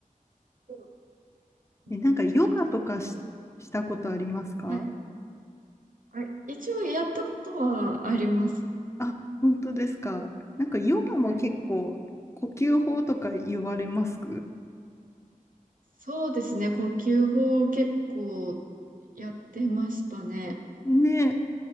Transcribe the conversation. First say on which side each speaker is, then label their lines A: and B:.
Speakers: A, on the right; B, on the left.
A: う。僕ちょっと、
B: え、なんかヨガとかし、したことありますか
A: はい。あ、一応やったことはあります。
B: あ、本当ですか。なんかヨガも結構呼吸法とか言われます
A: はい。そうですね。呼吸法を結構やってましたね。
B: ね、